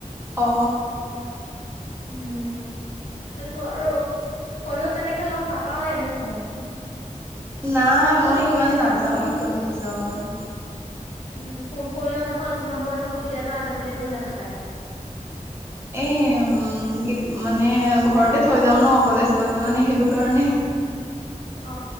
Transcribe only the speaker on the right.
অ
নাই
মই
ইমান
নাযাওঁৱেই কলেজত-
এ উম মানে ঘৰতে থৈ যাও ন কলেজ গলে মানে সেইটো কাৰণে